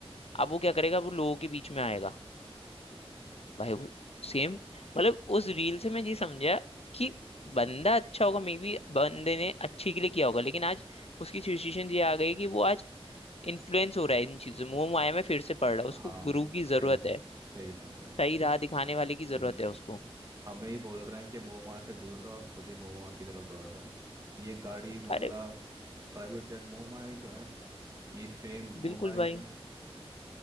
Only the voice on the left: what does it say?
अब वो क्या करेगा वो लोगों के बीच में आएगा भाई वो सेम मतलब उस रील से मैं ये समझा कि बंदा अच्छा होगा मे बी बंदे ने अच्छे के लिए किया होगा लेकिन आज उसकी सिचुएशन ये आ गई कि वो आज इन्फ्लुएंस हो रहा है इन चीजों मोह माया में फिर से पड़ रहा है
उसको
गुरु की
जरूरत है
सही राह दिखाने वाले की
जरूरत है उसको
अरे
बिल्कुल
भाई